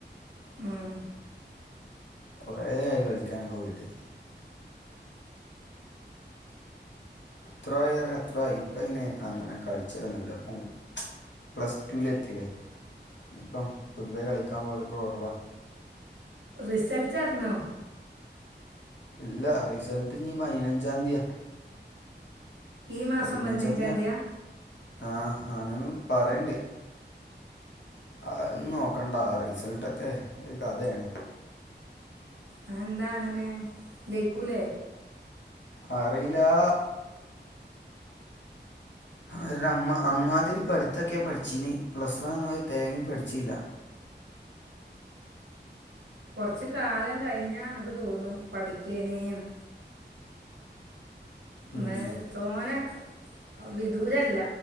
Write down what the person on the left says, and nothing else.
കൊറേയായി കളിക്കാനൊക്കെ പോയിട്ട് എത്രയോ ആയി പറഞ്ഞാ എത്രോ ആയി ഇപ്പ അയിന് അങ്ങനെ കളിച്ചലൊന്നൂല്ല ഇപ്പം പ്ലസ്ടൂലെത്തില്ലേ ഇനിപ്പം പൊതുവേ കളിക്കാൻ പോവലൊക്കെ കൊറവാ
ഇല്ല റിസൾട്ട് ഇഞ്ഞി പയിനഞ്ചാതീയാ
പയിനഞ്ചാംതിയാണ്
ആഹ് ആണ്ന്ന് പറയ്ണ്ട് അതൊന്നും നോക്കണ്ട റിസൾട്ടൊക്കെ ഒരു കഥയാണ്
അറീയിലാ ആരുടെ അമ്മ അമ്മാതിരി പഠിത്തൊക്കെയാ പഠിച്ചീനി പ്ലസ് വണ്ണ്ന്ന് ഒരു തേങ്ങേ പഠിച്ചീല്ല
ഉം